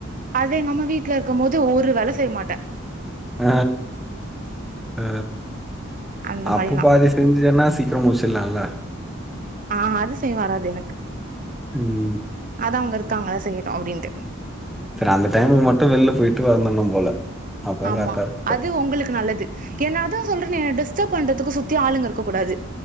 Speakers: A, on the right; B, in the centre.
A: அது எங்கம்மா வீட்ல இருக்கும் போது ஒரு வேலை செய்ய மாட்டேன்
B: ஆ ஆ
A: அந்த
B: அப்போ
A: மாரி நா
B: பாதி செ செஞ்ஞேனா சீக்கிரம் முடிச்சிடலாம்ல
A: ஆ அது செய்ய வராது எனக்கு
B: ம்
A: அதா அவுங்க இருக்காங்கல்ல செய்யட்டும் அப்டின்ட்டு
B: சர் அந்த டைம்ல மட்டு வெளில போயிட்டு வந்துன்னும் போல அப்பதான்
A: ஆமா
B: கரெக்டா இருக்கும்.
A: அது உங்ளுக்கு நல்லது ஏன்ன அதான் சொல்றேனே டிஸ்டர்ப் பண்றதுக்கு சுத்தி ஆளுங்க இருக்க கூடாது